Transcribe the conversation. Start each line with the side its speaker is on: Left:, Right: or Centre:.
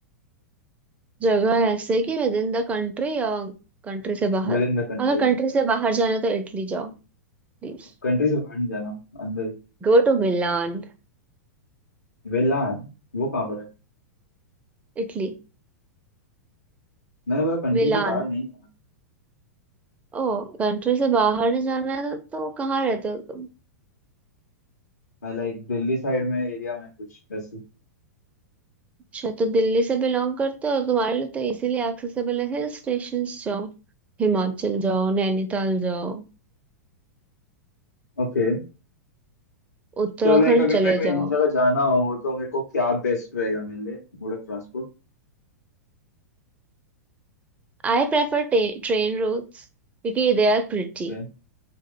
Right: जगह ऐसे कि विद इन द कंट्री या कंट्री से बाहर
Left: Within the country
Right: अगर कंट्री से बाहर जाना है तो इटली जाओ please
Left: Country से बाहर नहीं जाना अंदर
Right: Go to Milan
Left: वेलान वो कहाँ पर है
Right: Italy
Left: मैंने बोला कंट्री
Right: Milan
Left: से बाहर नहीं जाना
Right: ओ कंट्री से बाहर नहीं जाना है तो, तो कहाँ रहते हो तुम
Left: मैं लाइक दिल्ली साइड में एरिया में कुछ ऐसे
Right: अच्छा तो दिल्ली से बिलोंग करते हो तुम्हारे लिए तो इजीली एक्सेसिबल है हिल स्टेशन जाओ हिमाचल जाओ नैनीताल जाओ
Left: ओके
Right: उत्तराखंड
Left: तो लाइक अगर
Right: चले
Left: मेरे को इन
Right: जाओ
Left: जगह जाना हो तो मेरे को क्या बेस्ट रहेगा मेरे लिए Mode of transport
Right: I prefer train routes because they are pretty
Left: ओके